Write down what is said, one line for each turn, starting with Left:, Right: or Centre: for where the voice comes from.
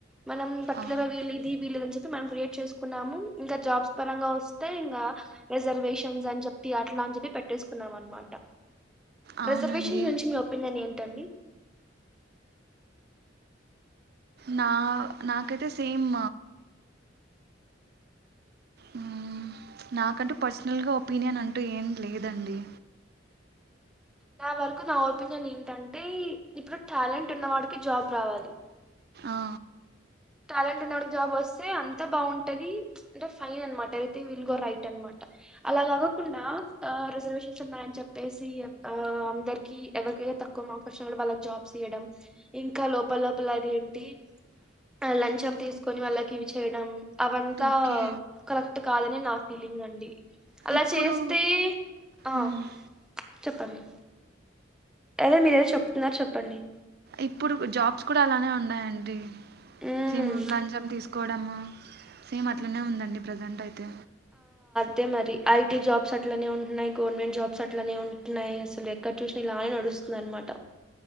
Centre: మనం పర్టికులర్గా
Right: ఆ!
Centre: వీళ్ళిది, వీళదని చెప్పి మాం క్రియేట్ చేసుకున్నాం. ఇంక జాబ్స్ పరంగా వస్తే ఇంగ, రిజర్వేషన్స్ అని చెప్పి అట్లా అని చెప్పి పెట్టేసుకున్నాం అన్. మాట
Right: అవునండి.
Centre: రిజర్వేషన్ గురించి మీ ఒపీనియన్ ఏంటండి?
Right: నా నాకేతే సేమ్ మ్మ్, నాకంటూ పర్సనల్గా ఒపీనియన్ అంటూ ఏం లేదండి.
Centre: నా వరకు నా ఒపీనియన్ ఏంటంటే, ఇప్పుడు టాలెంట్ ఉన్నవాడికి జాబ్ రావాలి.
Right: ఆ!
Centre: టాలెంట్ ఉన్నడికి జాబ్ వస్తే అంత బాగుంటది. అంటే ఫైన్ అన్మాట ఎవ్రిథింగ్ విల్ గో రైట్ అన్మాట. అలా కాకోకుండ, ఆ రిజర్వేషన్స్ ఉన్నాయని చెప్పేసి ఆ అందరికి ఎవర్కి తక్కువ మార్క్స్ వచ్చిన కూడా వాళ్ళకి జాబ్స్ ఇయ్యడం, ఇంక లోపల లోపల అది ఏంటి ఆ లంచం తీసుకొని వాళ్ళకి ఇవి చేయడం, అవంతా
Right: ఓకే.
Centre: కరెక్ట్ కాదనే నా ఫీలింగ్ అండి. అలా
Right: ఇప్పుడు
Centre: చేస్తే ఆ
Right: హ్మ్.
Centre: చెప్పండి ఏదో మీరేదో చెప్తున్నారు చెప్పండి.
Right: ఇప్పుడు జాబ్స్ కూడా అలానే ఉన్నాయండి.
Centre: మ్మ్
Right: సిమ్ లంచం తీసుకోవడమ సేమ్
Centre: అ
Right: అట్లనే ఉందండి ప్రజెంట్ అయితే.
Centre: తే మరి ఐటీ జాబ్స్ అట్లనే ఉంటున్నాయి, గవర్నమెంట్ జాబ్స్ అట్లనే ఉంటున్నాయి, అసలు ఎక్కడ చూసిన ఇలానే నడుస్ స్తుంది అన్మాట.